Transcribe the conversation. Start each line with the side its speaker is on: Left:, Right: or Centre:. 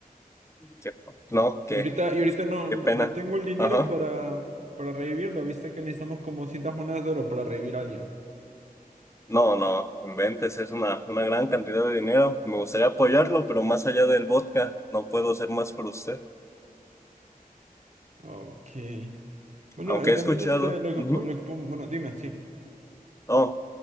Left: ¿Qué? no qué
Right: Y ahorita, y ahorita no,
Left: qué
Right: no,
Left: pena
Right: no tengo el dinero
Left: ajá
Right: para, para revivirlo. Viste que necesitamos como 100 monedas de oro para revivir a alguien.
Left: no no inventes es una una gran cantidad de dinero me gustaría apoyarlo pero más allá del vodka no puedo hacer más por usted
Right: Ok. Bueno,
Left: aunque
Right: entonces
Left: he escuchado
Right: este, lo
Left: Ujú.
Right: que, pu- lo que, pu- bueno, dime, sí.
Left: Oh,